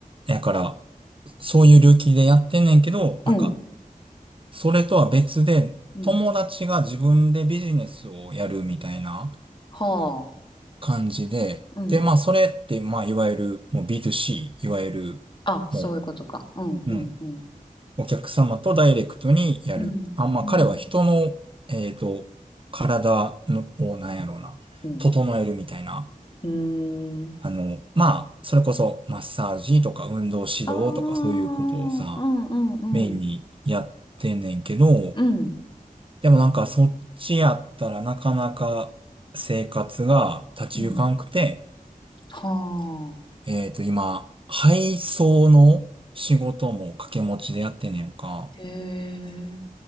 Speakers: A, on the right; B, on the left.
A: やから、そういう領域でやってんねんけど、
B: うん
A: なんか、それとは別で、
B: うん
A: 友達が自分でビジネスをやるみたいな
B: はあ。
A: 感じで、
B: うん。
A: で、まあ、それって、まあ、いわゆる、もう B2C、いわゆる、
B: あ、そういうことか。
A: もう、
B: うんうんうん。
A: うん。お客様とダイレクトにやる。
B: うんうん
A: あ、まあ、彼は人の、えっと、体の、を、なんやろうな、
B: うん。
A: 整えるみたいな。
B: うーん。
A: あの、まあ、それこそ、マッサージとか、運動指導とか、
B: あーうんうんうん
A: そういうことをさ、メインにやってんねんけど、
B: うん
A: でもなんか、そっちやったらなかなか生活が立ち行かんくて、
B: うんはあ
A: えっと、今、配送の仕事も掛け持ちでやってんねんか。
B: へえ